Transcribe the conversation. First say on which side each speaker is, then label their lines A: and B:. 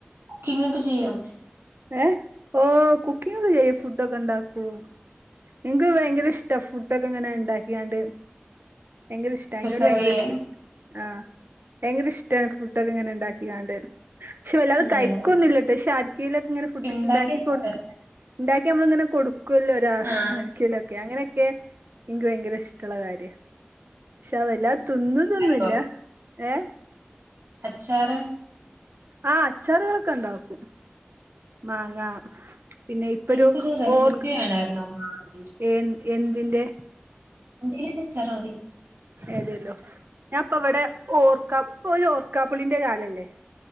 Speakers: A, on the right; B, on the right.
A: ക്കിങ്ങൊക്കെ ചെയ്യോ?
B: ഏഹ് ഓഹ് കുക്കിങ്ങൊക്കെ ചെയ്യും, ഫുഡൊക്കെ ഇണ്ടാക്കും. എനിക്ക് ഭയങ്കര ഇഷ്ട ഫുഡൊക്കെ ഇങ്ങനെ ഇണ്ടാക്കിയാണ്ട് ഭങ്കര ഇഷ്ടാ
A: പ്രിസർവെയ്യാ?
B: അയിനോട് ഭയങ്കര ഒരു ഇത് ആഹ് ഭയങ്കര ഇഷ്ടാണ് ഫുഡൊക്കെ ഇങ്ങനെ ഇണ്ടാക്കികാണ്ട് പക്ഷെ വല്ലാതെ
A: നല്ലതാ.
B: കയിക്കൊന്നുല്ലേട്ടോ പക്ഷെ ആർക്കേലൊക്കെ ഇങ്ങനെ ഫുഡ്
A: ഇണ്ടാക്കിവെക്കാൻ
B: ഇണ്ടാക്കി കൊടുക്
A: രസാ.
B: ഉണ്ടാക്കി നമ്മള് ഇങ്ങനെ കൊടുക്കുവല്ലോ ഒരാ
A: ആഹ്
B: ക്കേലൊക്കെ അങ്ങനെയൊക്കെ എനിക്ക് ഭയങ്കര ഇഷ്ടൊള്ള കാര്യാ. പക്ഷെ അത് വല്ലാത് തിന്നതൊന്നും
A: സംഭവം.
B: ഇല്ല ഏഹ്
A: അച്ചാറ്
B: ആഹ് അച്ചാറുകളൊക്കെ ഒണ്ടാക്കും, മാങ്ങ പിന്നെ ഇപ്പൊരു
A: എനിക്കൊരു റെസിപ്പി
B: ഓർക്ക്
A: വേണായിരുന്നു. മാങ്ങേടെ.
B: ഏൻ എന്തിന്റെ
A: എന്തേലും അച്ചാറവി
B: ഏതേല്ലോ ഞാപ്പ ഇവിടെ ഓർക്ക ഇപ്പോ ഒരു ഓർക്കാപ്പുളീന്റെ കാലല്ലേ